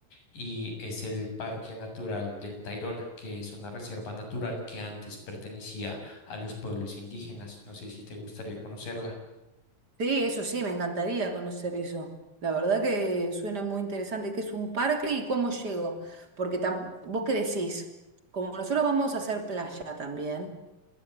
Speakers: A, on the left; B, on the right.
A: y es el Parque Natural del Tayrona, que es una reserva natural que antes pertenecía a los pueblos indígenas. No sé si te gustaría conocerla.
B: Sí, eso sí, me encantaría conocer eso. La verdad que suena muy interesante, ¿Qué es un parque y cómo llego, porque tam- vos qué decís, como nosotros vamos a hacer playa también.